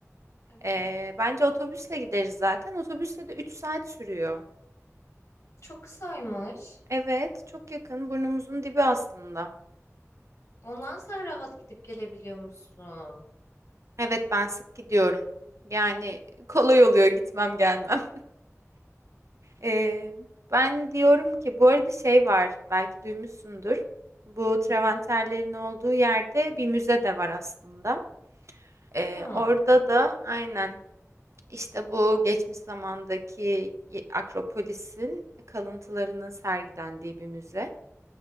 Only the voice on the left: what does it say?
Evet.
Çok kısaymış.
Ondan sen rahat gidip gelebiliyormuşsun.
Hı hı.
Hmm.